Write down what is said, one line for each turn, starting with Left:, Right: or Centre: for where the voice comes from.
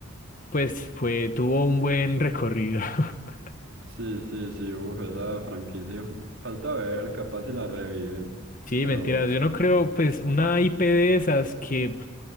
Left: Pues fue, tuvo un buen recorrido. <laughs>
Right: Sí, sí, sí, uf, esa franquicia. Falta ver, capaz si la reviven,
Left: Sí,
Right: pero,
Left: mentiras, yo no creo, pues una IP de esas que...